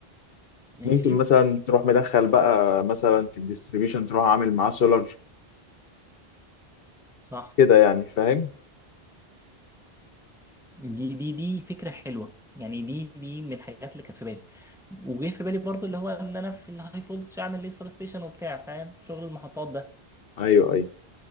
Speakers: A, in the centre; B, on the left.
A: ماشي
B: ممكن مثلا تروح مدخل بقى مثلا في الديستريبيوشن تروح عامل معاه سولار
A: صح
B: كده يعني فاهم؟
A: دي دي دي فكره حلوه يعني دي دي من الحاجات اللي كانت في بالي وجه في بالي برضو اللي هو ان انا في الهاي فولتش اعمل ليه سبستيشن وبتاع فاهم شغل المحطات ده
B: ايوه ايوه